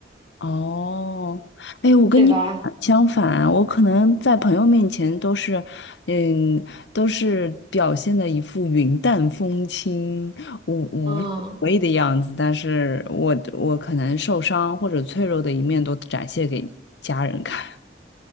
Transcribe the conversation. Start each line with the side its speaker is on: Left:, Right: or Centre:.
Left: 哦，哎，我跟你相反，
Right: 对吧？
Left: 我可能在朋友面前都是，嗯，都是表现的一副云淡风轻、无无所谓的样子，
Right: 嗯，
Left: 但是我我可能受伤或者脆弱的一面都展现给家人看。